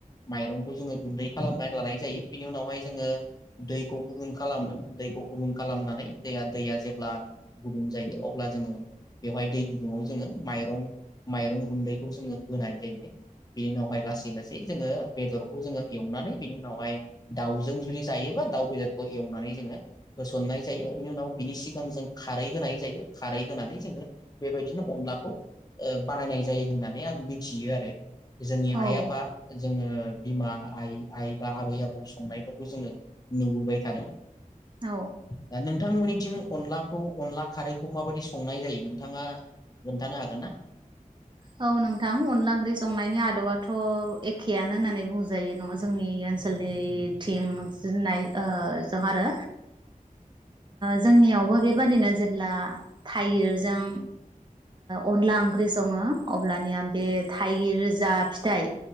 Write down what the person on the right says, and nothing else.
औ
औ
औ नोंथां अनला ओंख्रि संनायनि आदबथ एखेयानो होननानै बुंजायो न जोंनि ओनसोलनि थिं जोनाय जों आरो जोंनियावबो बेबादिनो जेब्ला थाइगिरजों अनला ओंख्रि दङ अब्लानिया बे थाइगिर जा फिथाइ